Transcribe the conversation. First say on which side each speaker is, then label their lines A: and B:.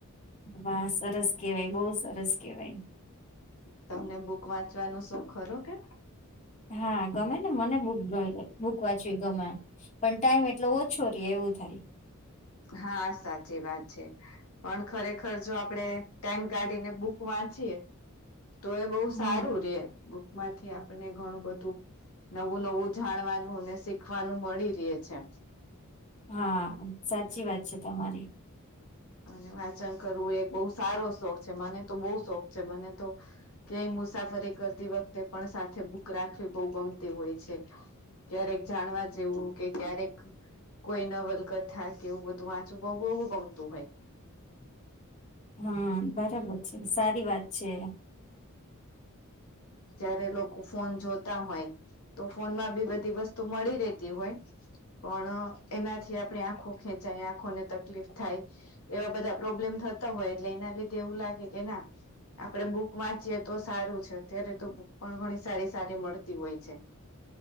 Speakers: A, on the left; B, on the left.
A: વાહ સરસ કેવાય બહુ સરસ કેવાય.
B: તમને બુક વાંચવાનું શોખ ખરો કે.
A: હા ગમે ને મને બુ બૂક વાંચી ગમે. પણ ટાઈમ એટલે ઓછો રે એવું થાય.
B: હા સાચી વાત છે. પણ ખરેખર જો આપડે ટાઈમ કાઢીને બુક વાંચીયએ. તો એ બહુ
A: હમ
B: સારું રે બુકમાંથી આપને ઘણું બધું નવું નવું જાણવાનું ને શીખવાનું મળી રહે છે.
A: હા સાચી વાત છે તમારી.
B: અને વાચન કરવું એક બહુ સારો શોખ છે મને તો બહુ શોખ છે મને તો. કે મુસાફરી કરતી વખતે પણ સાથે બુક રાખવી બહુ ગમતી હોય છે. ક્યારેક જાણવા જેવું કે ક્યારેક કોઈ ન વલકત થા કે એવું બધું વાંચું બહુ બવું ગમતું હોય.
A: હા બરાબર છે સારી વાત છે.
B: જ્યારે લોકો ફોન જોતા હોય. તો ફોન માં બી બધી વસ્તુ મળી રહેેતી હોય. પણ એનાથી આપણે આંખો ખેંચાય આંખોને તકલીફ થાય. એવા બધા પ્રોબ્લેમ થતા હોય એટલે એના લીધે એવું લાગે કે ના આપડે બુક વાંચીએ તો સારું છે અત્યારે તો બુક પણ ઘણી સારી સારી મળતી હોય છે.